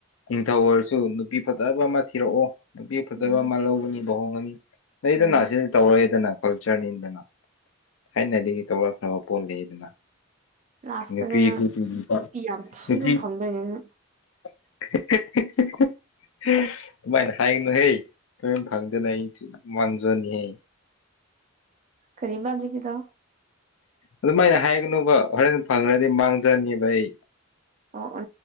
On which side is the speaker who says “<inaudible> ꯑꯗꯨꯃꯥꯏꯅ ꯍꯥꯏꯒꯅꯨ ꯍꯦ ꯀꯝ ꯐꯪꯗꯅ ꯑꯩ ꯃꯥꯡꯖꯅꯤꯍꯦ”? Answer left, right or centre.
Left